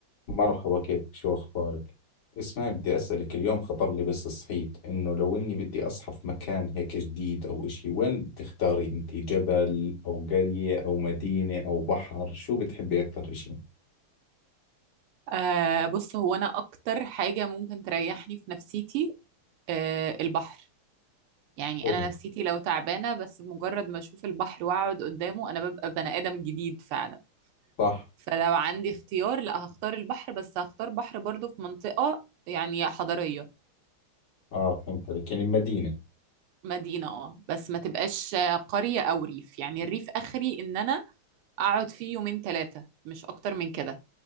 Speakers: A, on the left; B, on the right.
A: مرحبا كيفك شو أخبارك؟ اسمعي بدي أسألك اليوم خطر لي بس صحيت إنه لو إني بدي أصحى في مكان هيك جديد أو إشي وين بتختاري أنت جبل أو قرية أو مدينة أو بحر شو بتحبي أكثر إشي؟
B: آه بص هو انا اكتر حاجة ممكن تريحني في نفسيتي آه البحر يعني
A: حلو
B: انا نفسيتي لو تعبانة بس بمجرد ما اشوف البحر واقعد قدامه انا ببقى بني ادم جديد فعلا
A: صح
B: فلو عندي اختيار لا هختار البحر بس هختار بحر برضو في منطقة يعني حضرية
A: آه فهمت عليك يعني مدينة
B: مدينة اه بس ما تبقاش قرية او ريف يعني الريف اخري ان انا اقعد فيه يومين ثلاثة مش اكتر من كده